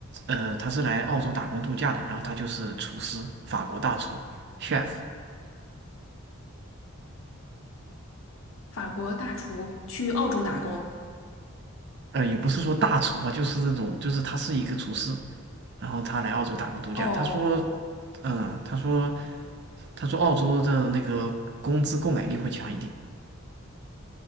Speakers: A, on the right; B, on the left.
A: 呃，他是来澳洲打工度假的，然后他就是厨师，法国大厨，chef，
B: 法国大厨去澳洲打工。
A: 呃，也不是说大厨吧，就是那种，就是他是一个厨师，然后他来澳洲打工度假，
B: 哦哦
A: 他说，嗯，他说他说澳洲的那个工资购买力会强一点，